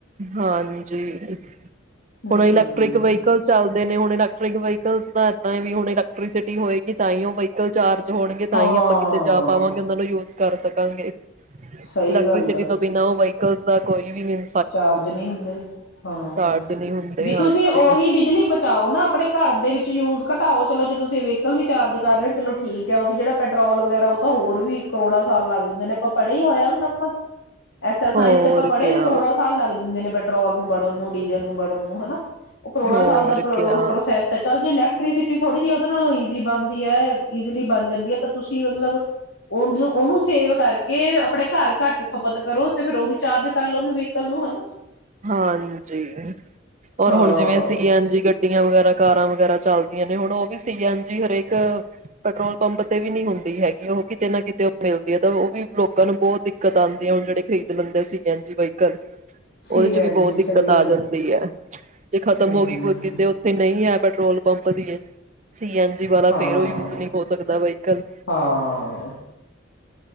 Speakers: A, on the right; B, on the left.
A: ਹਾਂਜੀ,
B: ਹਮ
A: ਹੁਣ ਇਲੈਕਟ੍ਰਿਕ ਵਹੀਕਲ ਚੱਲਦੇ ਨੇ ਹੁਣ ਇਲੈਕ੍ਰਿਕ ਵਾਹਿਕਲਸ ਦਾ ਤੇ ਇਹ ਵੀ ਹੁਨ ਇਲੈਕਟ੍ਰਸਿਟੀ ਹੋਏ ਵੀ ਤਾਹੀਂ ਉਹ ਵਹੀਕਲ ਚਾਰ ਹੋਣਗੇ ਤਾਂ
B: ਹਾਂ
A: ਹੀ ਆਪਾਂ ਕਿਤੇ ਜਾ ਪਾਵਾਂਗੇ, ਉਹਨਾਂ ਨੂੰ ਯੂਜ ਕਰ ਸਕ ਾਂਗੇ
B: ਸਹੀ
A: ਇਲੈਕਟ੍ਰੀਸਿਟੀ
B: ਗੱਲ ਆ
A: ਤੋਂ ਬਿਨਾਂ ਹੋ ਦਾ ਕੋਈ ਵੀ ਮਨ
B: ਚਾਰਜ ਨਹੀਂੀ ਹੁੰਦੇ ਹਾਂ
A: ਸਟਾਰਟ ਨਹੀਂ ਹੁੰਦੇ
B: ਵੀ ਤੁਸੀਂ
A: ਹਾਂਜੀ
B: ਉਹੀ ਬਿਜਲੀ ਬਚਾਓ ਨਾ ਆਪਣੇ ਘਰ ਦੇ ਵਿੱਚ ਯੂਜ ਘਟਾਓ ਚਲੋ ਜੇ ਤੁਸੀਂ ਵਹੀਕਲ ਵੀ ਚਾਰਜ ਕਰ ਰਹੇ ਹੋ ਚਲੋ ਠੀਕ ਹੈ ਉਹ ਵੀ ਜਿਹੜਾ ਪੈਟਰੋਲ ਵਗੈਰਾ ਉਹ ਤਾਂ ਹੋਰ ਵੀ ਕਰੋੜਾਂ ਸਾਲ ਲੱਗ ਜਾਂਦੇ ਨੇ ਆਪਾਂ ਪੜ੍ਹੇ ਹੀ ਹੋਇਆ ਹਣ ਆਪਾਂ ਐਸ ਸਾਇੰਸ
A: ਹੋਰ
B: ਚ ਆਪਾਂ ਪੜ੍ਹੇ
A: ਕਿਆ
B: ਵੀ ਕਰੋੜਾਂ ਸਾਲ ਲੱਗ ਜਾਂਦੇ ਨੇੇ ਪੈਟਰੋਲ ਨੂੰ ਬੜਨ ਨੂੰ ਡੀਜ਼ਲ ਨੂੰ ਬੜਨ ਨੂੰ ਹਨਾ ਉਹ ਕਰੋੜਾਂ
A: ਹੋਰ
B: ਸਾਲ ਦਾ ਪ੍ਰ
A: ਕਿਆ
B: ਪ੍ਰੋਸੈਸ ਹੈ ਚੱਲ ਜੇ ਇਲੈਕਟ੍ਰੀਸਿਟੀ ਥੋੜੀ ਜਿਹੀ ਉਹਦੇ ਨਾਲੋਂ ਈਜ਼ੀ ਬਣਦੀ ਹੈ ਜ਼ਲੀ ਬਣ ਜਾਂਦੀ ਹੈ ਤਾਂ ਤੁਸੀਂ ਮਤਲਬ ਉਹਨ ਉਹਨੂੰ ਸੇਵ ਕਰਕੇ ਆਪਣੇ ਘਰ ਘੱਟ ਖਪਤ ਕਰੋ ਤੇ ਫੇਿਰ ਉਹੀ ਚਾਰਜ ਕਰ ੋ ਨੂੰ ਵੀਕਲ ਨੂੰ ਹਨਾ
A: ਹਾਂਜੀ ਰ
B: ਹਾਂ
A: ਹੁਣ ਜਿਵੇਂ ਸੀ ਐਜੀ ਗੱ ਗੱਡੀਆਂ ਵਗੈਰਾ ਕਾਰਾਂ ਵਗੈਰਾ ਚਲਦੀਆਂ ਨੇ ਹੁਣ ਉਹ ਵੀ ਸੀ ਐਨ ਜੀ ਹਰੇਕ ਪੈਟਰੋਲ ਪੰਪ ਤੇ ਵੀ ਨੀ ਹੁੰਦੀ ਹੈਗੀ ਉਹ ਕਿਤੇ ਨਾ ਕਿਤੇ ਮਿਲਦੀ ਹੈ ਤਾਂ ਉਹ ਵੀ ਲੋਕਾਂ ਨੂੰ ਬਹੁਤ ਦਿੱਕਤ ਆਉਂਦੀ ਹੈ ਹੁਣ ਜਿਹੜੇ ਖਰੀਦ ਲੈਂਦੇ ਆ ਸੀ ਐਨ ਜੀ ਵਹੀਕਲ
B: ਸੀ
A: ਉਹਦੇ ਚ
B: ਐਨ
A: ਵੀ ਬਹੁਤ
B: ਜੀ
A: ਦਿੱਕਤ
B: ਸਹੀ
A: ਆ
B: ਗੱਲ
A: ਜਾਂਦੀ ਹੈ ਜੇ ਖਤਮ
B: ਹੂੰ,
A: ਹੋ ਗਈ ਕੋ ਕਿਤੇ ਉੱਥੇ ਨਹੀਂ ਹੈ ਪੈਟਰੋਲ ਪੰਪਤੀ ਹੈ ਸੀ ਐਨਜੀੀ ਵਾਲਾ
B: ਹਾਂ,
A: ਫੇਰ ਉਹ ਯੂਜ ਨਹੀਂ ਹੋ ਸਕਦਾ ਵਹੀਕਲ
B: ਹਾਂ।